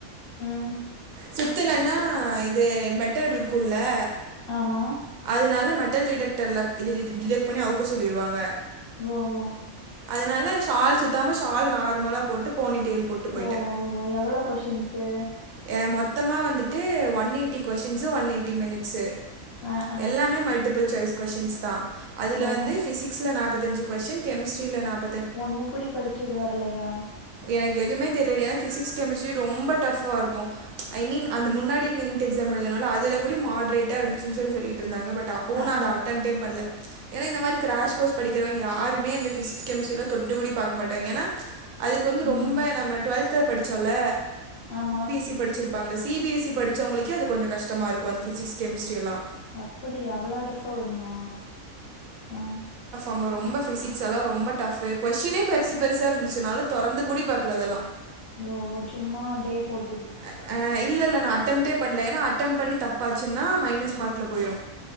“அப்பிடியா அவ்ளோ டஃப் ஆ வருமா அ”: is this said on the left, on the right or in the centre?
Left